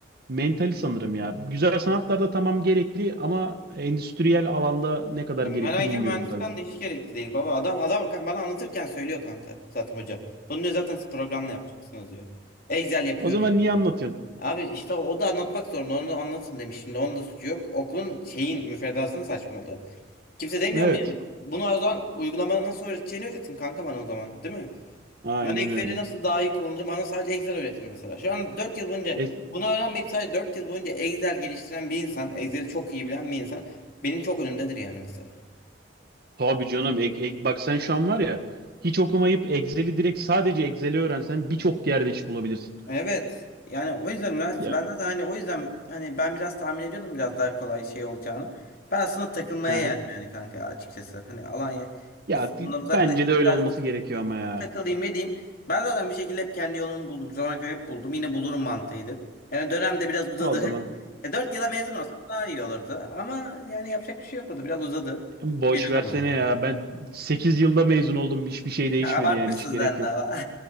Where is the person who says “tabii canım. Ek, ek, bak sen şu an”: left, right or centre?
Right